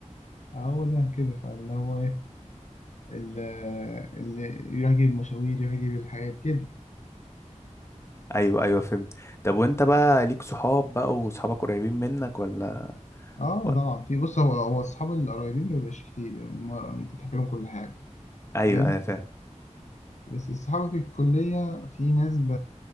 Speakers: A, on the left; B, on the left.
A: هو ده كده فاللي هو إيه اللي اللي يروح يجيب مشاوير يروح يجيب الحاجات كده
B: ايوه ايوه فهمت طب وانت بقى ليك صحاب بقى وصحابك قريبين منك ولا
A: اه
B: و-
A: طبعا في بص هو هو الصحاب القريبين ما بيبقاش كتير يعني ما- انت تحكي لهم كل حاجه
B: ايوه
A: فاهم
B: ايوه فاهم
A: بس الصحاب في الكليه في ناس ب...